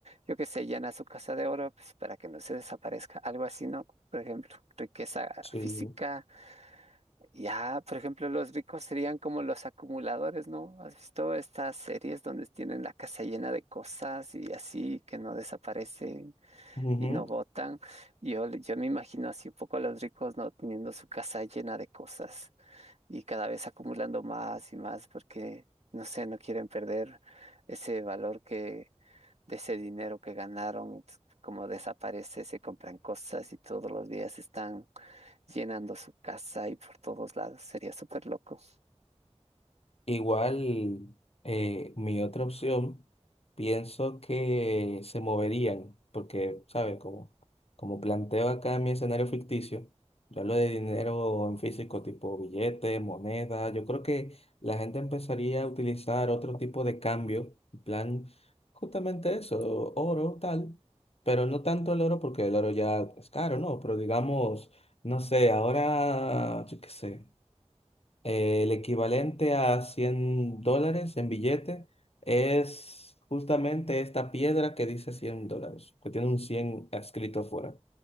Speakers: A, on the right; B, on the left.
A: yo qué sé, llena su casa de oro pues, para que no se desaparezca. Algo así, ¿no? Por ejemplo, riqueza
B: sí.
A: física. Ya, por ejemplo, los ricos serían como los acumuladores, ¿no? ¿Has visto estas series donde tienen la casa llena de cosas y así que no desaparecen
B: Ujú.
A: y no botan? Yo, yo me imagino así un poco a los ricos, ¿no? Teniendo su casa llena de cosas y cada vez acumulando más y más porque, no sé, no quieren perder ese valor que de ese dinero que ganaron, ts- como desaparece, se compran cosas y todos los días están llenando su casa y por todos lados. Sería súper loco.
B: Igual, eh, mi otra opción, pienso que se moverían, porque, ¿sabes? Como, como planteo acá mi escenario ficticio, yo hablo de dinero en físico, tipo billetes, monedas, yo creo que la gente empezaría a utilizar otro tipo de cambio, en plan, justamente eso, oro, tal, pero no tanto el oro, porque el oro ya es caro, ¿no? Pero digamos, no sé, ahora, yo qué sé. Eh, el equivalente a 100 dólares en billete es justamente esta piedra que dice 100 dólares, que tiene un 100 escrito afuera.